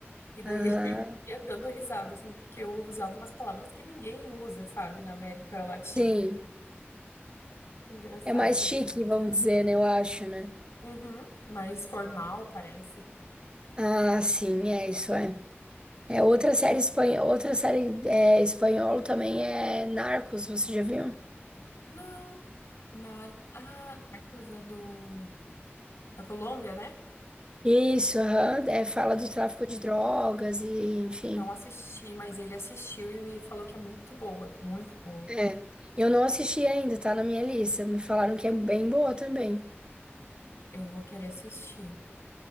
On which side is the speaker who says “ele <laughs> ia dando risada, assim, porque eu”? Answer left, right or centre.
Left